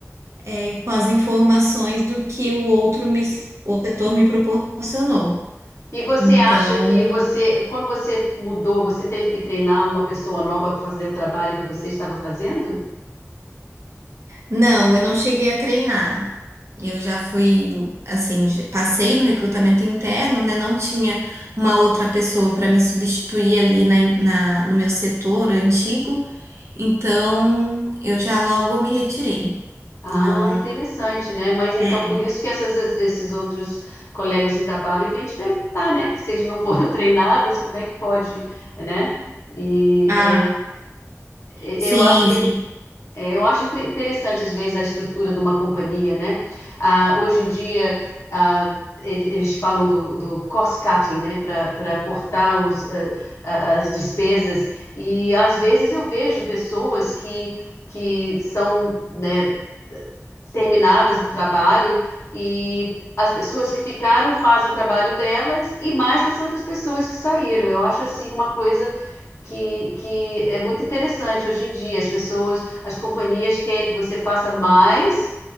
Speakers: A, on the right (about 60°); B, on the left (about 65°).
A: é, com as informações do que o outro me, o setor me proporcionou.
B: E você
A: Então.
B: acha que você, quando você mudou, você teve que treinar uma pessoa nova para fazer o trabalho que você estava fazendo?
A: Não, eu não cheguei a treinar. Eu já fui, assim, já- passei no recrutamento interno, né? Não tinha uma outra pessoa para me substituir ali na, na- no meu setor antigo, então eu já logo me retirei.
B: Ah,
A: Não.
B: interessante, né? Mas então
A: É.
B: por isso que essas- esses outros colegas de trabalho vêm te perguntar, né? Porque se eles não foram <laughs> treinados, como é que pode, né? E
A: Ah,
B: é, eu
A: sim,
B: acho.
A: sim.
B: É, eu acho inter- interessante, às vezes, a estrutura de uma companhia, né? Ah, hoje em dia, ah, ele- eles falam do, do cost-cutting, né? Para cortar os, ah, ah, as despesas. E, às vezes, eu vejo pessoas que, que são, né, terminadas do trabalho e as pessoas que ficaram fazem o trabalho delas e mais das outras pessoas que saíram. Eu acho, assim, uma coisa que, que é muito interessante hoje em dia. As pessoas, as companhias querem que você faça mais,